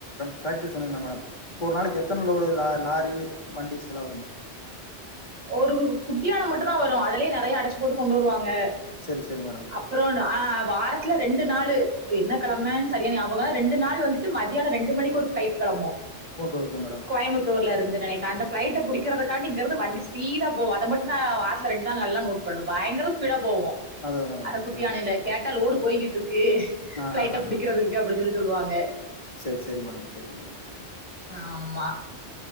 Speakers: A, on the left (about 45°); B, on the right (about 40°).
A: ஃபேக்டரி சொன்னீங்களா மேடம் இப்போ ஒரு நாளைக்கு எத்தன லோடு லா லாரி வண்டிஸ்ல்லா வரும் மேம்
B: ஒரு குட்டியான மட்டுதா வரு அதிலியே நெறையா அடச்சி போட்டு கொண்டு வருவாங்க
A: சரி சரி மேடம்
B: அ அப்புறோ நா வாரத்துல ரெண்டு நாளு என்ன கிழமை சரிய ஞாபக ரெண்டு நாள் வந்துட்டு மதியானோ ரெண்டு மணிக்கு ஒரு ஃபிளைட் கெளம்பு
A: ஓகே ஓகே மேடம்
B: கோயம்புத்தூர்ல இருந்து நினைக்க அந்த ஃபிளைட்ட புடிக்காறதுக்காண்டி இங்க இருந்து வண்டி ஃபீடா போவு அத மட்டு நா வாரத்துல ரெண்டு நாள் நல்லா நோட் பண்ணுவே பயகர ஸ்பீட போவோ
A: அதா அதா மேடம்
B: அத குட்டியானைல கேட்டா லோடு போகியிட்டு இருக் க்கு
A: ஆ
B: ஃபிளைட்ட
A: ஆ ஆ
B: புடிக்கிறதுக்கு அப்பிடின் சொல்லி சொல்லுவாங்க
A: சரி சரி மேடம் சரி மேடம்
B: ஆமா